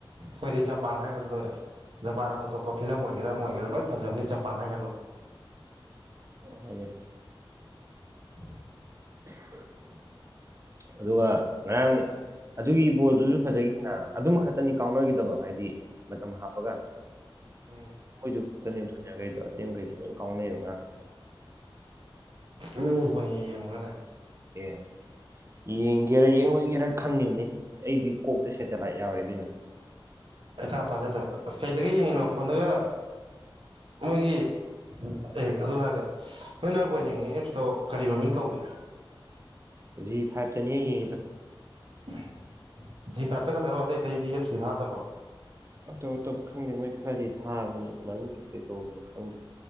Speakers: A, on the right; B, on the right.
A: ꯑꯩꯈꯣꯏꯗꯤ ꯖꯄꯥꯟ ꯍꯥꯏꯒ꯭ꯔꯗꯤ ꯂꯣꯏꯔꯦ ꯖꯄꯥꯟꯅ ꯄꯨꯊꯣꯛꯄ ꯐꯤꯂꯝ ꯑꯣꯏꯒꯦꯔꯥ ꯑꯃ ꯑꯣꯏꯒꯦꯔꯥ ꯂꯣꯏꯅ ꯐꯖꯕꯅꯤ ꯖꯄꯥꯟ ꯍꯥꯏꯒ꯭ꯔ ꯂꯣꯏ
B: ꯍꯣꯏꯅꯦ
A: <unintelligible>
B: ꯑꯗꯨꯒ ꯉꯔꯥꯡ ꯑꯗꯨꯒꯤ ꯕꯣꯜꯗꯨꯁꯨ ꯐꯖꯈꯤꯗꯅ ꯑꯗꯨꯃ ꯈꯛꯇꯅꯤ ꯀꯥꯎꯅꯒꯤꯗꯕ ꯍꯥꯏꯗꯤ ꯃꯇꯝ ꯍꯥꯞꯄꯒ
A: ꯎꯝ
B: ꯃꯣꯏꯗꯨ ꯈꯛꯇꯅꯦꯕ ꯊꯣꯏꯅꯒ꯭ꯔꯤꯗꯣ ꯑꯇꯩꯒꯩꯗꯤ ꯂꯣꯏ ꯀꯥꯎꯅꯩꯕ ꯉꯔꯥꯡ
A: ꯅꯪꯕꯨ ꯕꯣꯜ ꯌꯦꯡꯕ꯭ꯔꯥꯅꯦ
B: ꯑꯦ ꯌꯦꯡꯒꯦꯔ ꯌꯦꯡꯉꯣꯏꯒꯦꯔ ꯈꯪꯉꯤꯅꯤ ꯑꯩꯗꯤ ꯀꯣꯛꯇ ꯁꯦꯇꯦꯂꯥꯏꯠ ꯌꯥꯎꯋꯦ ꯑꯗꯨꯏꯅꯦ
A: ꯏꯊꯥ ꯊꯥꯖꯗꯕ ꯀꯩꯗꯒꯤ ꯌꯦꯡꯉꯤꯅꯣ ꯐꯣꯟꯗꯒ ꯃꯣꯏꯒꯤ ꯑꯦ ꯑꯗꯨ ꯍꯥꯏꯔꯒ ꯅꯣꯏꯅ ꯕꯣꯜ ꯌꯦꯡꯉꯤ ꯑꯦꯞꯁꯇꯣ ꯀꯔꯤ ꯃꯃꯤꯡ ꯀꯧꯒꯦ
B: ꯖꯤ ꯐꯥꯏꯞꯇꯅꯦ ꯌꯦꯡꯉꯤꯗꯣ
A: ꯖꯤ ꯐꯥꯏꯞꯇ ꯈꯛꯇꯔꯣ ꯑꯇꯩ ꯑꯇꯩꯗꯤ ꯑꯦꯞꯁꯇꯤ ꯊꯥꯗꯕ꯭ꯔꯣ
B: ꯑꯇꯣꯞ ꯑꯇꯣꯞꯄ ꯈꯪꯗꯦ ꯃꯣꯏ ꯈꯔꯗꯤ ꯊꯥꯕꯅꯤ ꯃꯃꯤꯡ ꯀꯩ ꯀꯩ ꯀꯧꯕꯅꯣ ꯈꯪꯗꯦ